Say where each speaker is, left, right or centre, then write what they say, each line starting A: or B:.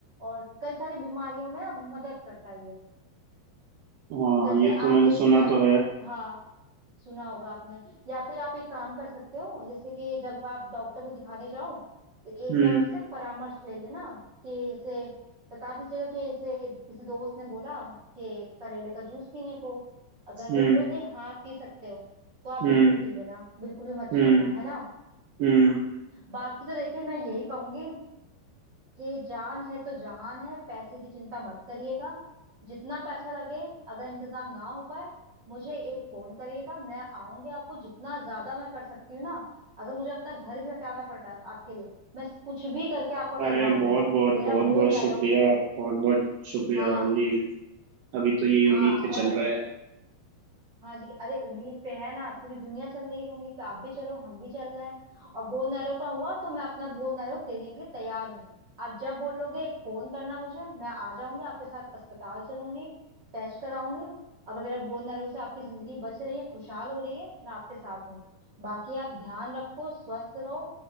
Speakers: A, on the right; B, on the right.
A: और कई सारी बीमारियों में ना मदद करता है ये
B: हाँ
A: जैसे
B: ये तो
A: आप
B: मैंने
A: एक
B: सुना
A: द,
B: तो है
A: हाँ सुना होगा आपने या फिर आप एक काम कर सकते हो जैसे कि जब आप डॉक्टर को दिखाने जाओ तो एक
B: हम्म
A: बार उनसे परामर्श ले लेना कि जैसे बता दीजिएगा कि जैसे किसी दोस्त ने बोला कि करेले का जूस पीने को अगर
B: हम्म
A: वो बोल दे हाँ आप पी सकते हो तो आप बिल्कुल
B: हम्म
A: पी लेना बिल्कुल भी मत छोड़ना
B: हम्म
A: है ना
B: हम्म
A: बाकी तो देखिए मैं यही कहूंगी ये जान है तो जहान है पैसे की चिंता मत करिएगा जितना पैसा लगे अगर इंतजाम ना हो पाए मुझे एक फोन करिएगा मैं आऊंगी आपको जितना ज्यादा मैं कर सकती हूँ ना अगर मुझे अपना घर भी हटाना पड़ा आपके लिए मैं कुछ भी करके आपका
B: अरे
A: करवाऊंगी
B: बहुत बहुत
A: मेरा
B: बहुत
A: बोझ
B: बहुत
A: नैरो
B: शुक्रिया
A: भी
B: बहुत बहुत शुक्रिया
A: हाँ
B: भाभी जी अभी तो यही
A: हाँ
B: उम्मीद पे
A: और
B: चल रहा है
A: हाँ जी अरे उम्मीद पे है ना पूरी दुनिया चल रही है उम्मीद पे आप भी चलो हम भी चल रहे हैं और बोन नैरो का हुआ तो मैं अपना बोन नैरो देने के लिए तैयार हूँ आप जब बोलोगे एक फोन करना मुझे मैं आ जाऊंगी आपके साथ अस्पताल चलूंगी टेस्ट कराऊंगी अगर मेरा बोन नैरो से आपकी जिंदगी बच रही है खुशहाल हो रही है मैं आपके साथ हूँ बाकी आप ध्यान रखो स्वस्थ रहो